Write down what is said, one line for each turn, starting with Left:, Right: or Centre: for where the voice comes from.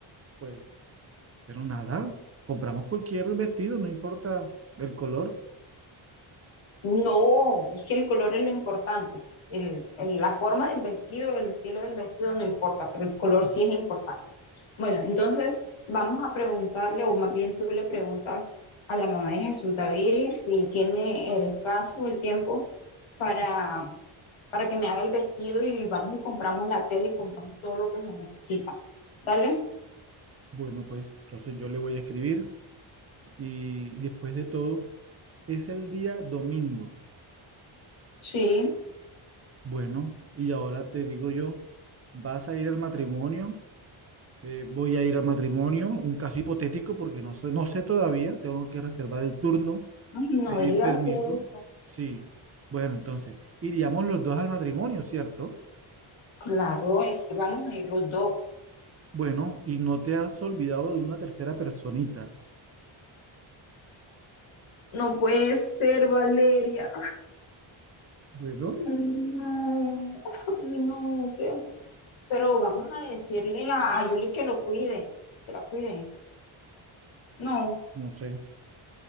Right: pues, pero nada, compramos cualquier vestido, no importa el color.
Left: No, es que el color es lo importante. El- el- la forma del vestido, el estilo del vestido no importa, pero el color sí es importante. Bueno, entonces vamos a preguntarle, o más bien tú le preguntas a la mamá de Jesús David si tiene el espacio, el tiempo para para que me haga el vestido y vamos y compramos la tela y compramos todo lo que se necesita. ¿Dale?
Right: Bueno, pues entonces yo le voy a escribir y después de todo, es el día domingo.
Left: Sí,
Right: Bueno, y ahora te digo yo, ¿vas a ir al matrimonio? Eh, voy a ir al matrimonio, un caso hipotético porque no sé, no sé todavía, tengo que reservar el turno,
Left: Ay, no
Right: pedir
Left: digas
Right: permiso.
Left: eso.
Right: Sí, bueno, entonces, iríamos los dos al matrimonio, ¿cierto?
Left: Claro, es que vamos a ir los dos.
Right: Bueno, y no te has olvidado de una tercera personita.
Left: No puede ser, Valeria.
Right: Bueno,
Left: No, no, ¿qué? Pero vamos a decirle a, a Yuli que lo cuide, que la cuide. No,
Right: no sé,